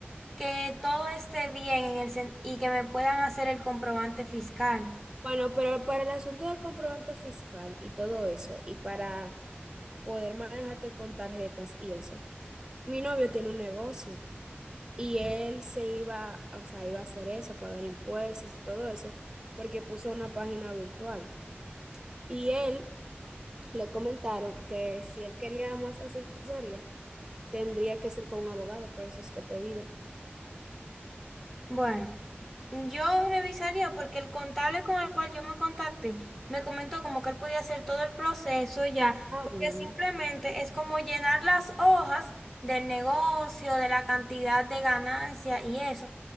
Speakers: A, in the centre; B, on the right.
A: que todo esté bien en el, sen- y que me puedan hacer el comprobante fiscal.
B: Bueno, pero para el asunto del comprobante fiscal y todo eso, y para poder manejarte con tarjetas y eso, mi novio tiene un negocio. Y él se iba, o sea, iba a hacer eso, pagar impuestos y todo eso, porque puso una página virtual. Y él le comentaron que si él quería más asesoría, tendría que ser con un abogado, por eso es que te digo.
A: Bueno, yo revisaría porque el contable con el cual yo me contacté me comentó como que él podía hacer todo el proceso ya,
B: Ah,
A: porque
B: bueno.
A: simplemente es como llenar las hojas del negocio, de la cantidad de ganancia y eso.